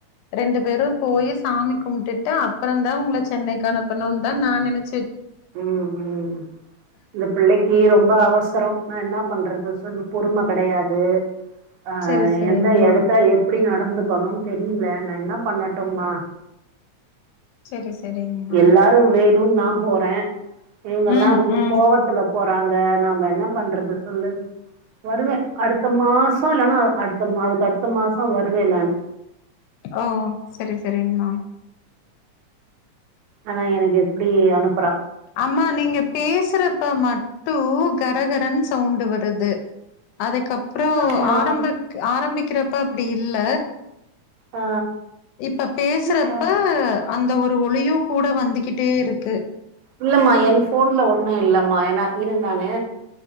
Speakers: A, on the left (about 90°); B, on the right (about 85°).
A: ரெண்டு பேரும் போய் சாமி கும்பிட்டுட்டு அப்புறம தான் உங்கள சென்னைக்கு அனுப்பணும்னு தான் நான் நினைச்ச
B: ம் ம் இந்த பிள்ளைக்கு ரொம்ப அவசரம் நான் என்ன பண்றது சொல்லு பொறும கெடையாது ஆ
A: செரி செரிங்மா
B: எந்த எடத்துல எப்படி நடந்துக்கணும்னு தெரியல நான் என்ன பண்ணட்டோமா
A: செரி செரிங்மா
B: எல்லாரும் வேணும் நாம் போறேன் இவங்கல்லா
A: ம்
B: வந்து
A: ம்
B: கோவத்துல போற றாங்க நாம்ப என்ன பண்றது சொல்லு வருவே அடுத்த மாசோ இல்லன்னா அடுத்த அதுக்கு அடுத்த மாசோ வருவே நான்
A: ஓ சரி சரிங்ம்மா
B: ஆனா எனக்கு எப்டி அனு
A: அம்மா நீங்க பேசுறப்ப மட் டு கரகரன் சவுண்டு வருது அதுக்கப்புறோ
B: இல்லம்மா.
A: ஆரம்ப ஆரம்பி க்கிறப்ப அப்படி இல்ல
B: ஆ
A: இப்ப பேசுறப்ப
B: இல்ல.
A: அந்த ஒரு ஒலியு கூட வந்துகிட்டே இருக்கு
B: இல்லம்மா என் ஃபோன்ல ஒண்ணு இல்லம் மா ஏனா இரு நானு